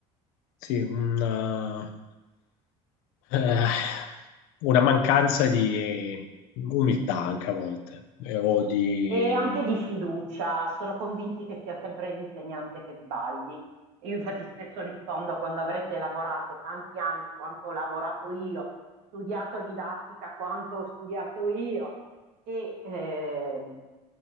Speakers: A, on the left (about 80°); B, on the right (about 80°).
A: Sì, una- Eh, una mancanza di umiltà anche a volte, eh, o di...
B: E anche di fiducia, sono convinti che sia sempre l'insegnante che sbagli. Io infatti spesso rispondo quando avrete lavorato tanti anni quanto ho lavorato io, studiato didattica quanto ho studiato io e ehm,